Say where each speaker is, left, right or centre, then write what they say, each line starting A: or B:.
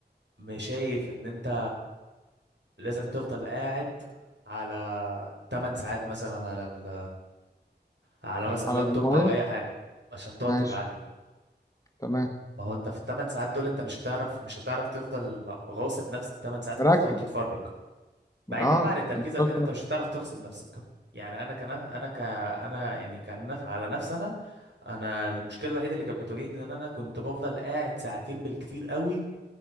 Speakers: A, on the right (about 75°); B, on the left (about 20°).
A: مش شايف ان انت لازم تفضل قاعد على 8 ساعات مثلا على ال على مثلا
B: على
A: لابتوب
B: الموبايل
A: او اي حاجه عشان تقعد
B: ماشي
A: تتعلم
B: تمام
A: ما هو انت في الثمان ساعات دول انت مش هتعرف مش هتعرف تفضل غاصب نفسك 8 ساعات
B: مركز
A: انت تقعد تتفرج بعيدا
B: اه
A: بقى عن التركيز
B: انت بتقعد
A: او كده
B: تركز.
A: انت مش هتعرف تغصب نفسك يعني انا كان انا ك انا يعني كان على نفسي انا انا المشكله الوحيده اللي كانت بتواجهني ان انا كنت بفضل قاعد ساعتين بالكتير قوي